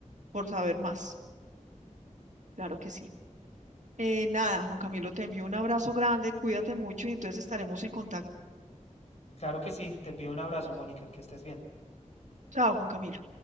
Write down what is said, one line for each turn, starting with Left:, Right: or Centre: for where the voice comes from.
Right: por saber más. Claro que sí. Eh, nada, Juan Camilo, te envío un abrazo grande, cuídate mucho y entonces estaremos en contacto.
Left: Claro que sí, te envío un abrazo, Mónica, que estés bien.
Right: Chao, Juan Camilo.